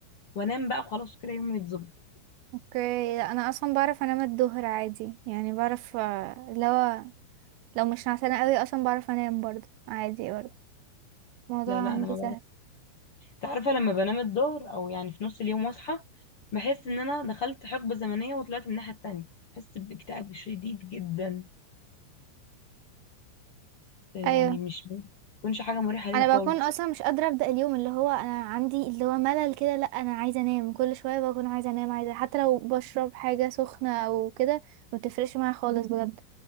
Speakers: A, on the left; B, on the right.
A: وانام بقى وخلاص كده يومي يتظبط
B: اوكي لا، انا اصلا بعرف انام الظهر عادي يعني بعرف آه، لو لو مش نعسانه قوي اصلا بعرف انام برضو عادي برضو الموضوع
A: لا لا
B: عندي
A: انا ما
B: سهل
A: تعرف لما بنام الظهر او يعني في نص اليوم واصحى بحس ان انا دخلت حقبة زمنية وطلعت من الناحية التانية بحس باكتئاب شديد جدا يعني
B: ايوه
A: مش بتكونش حاجة مريحة ليا
B: انا
A: خالص
B: بكون اصلا مش قادره ابدا اليوم اللي هو انا عندي اللي هو ملل كده لا انا عايزه انام كل شويه بكون عايزه انام عايزه حتى لو بشرب حاجه سخنه او كده ما بتفرقش معايا خالص بجد